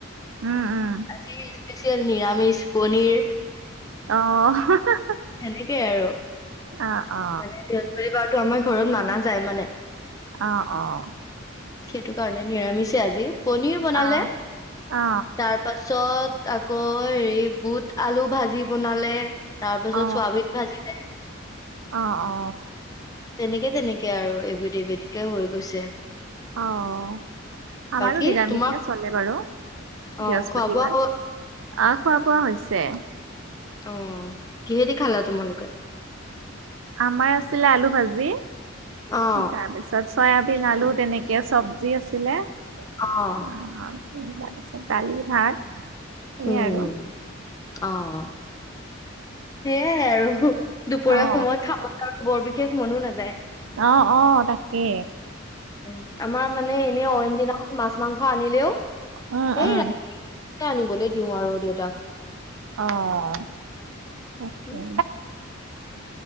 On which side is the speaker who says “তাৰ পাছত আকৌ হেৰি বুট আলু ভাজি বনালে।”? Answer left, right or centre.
Left